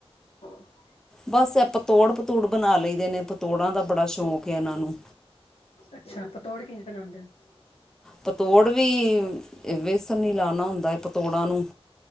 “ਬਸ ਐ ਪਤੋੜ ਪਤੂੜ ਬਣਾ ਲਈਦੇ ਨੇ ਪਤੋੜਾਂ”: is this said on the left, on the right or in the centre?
Centre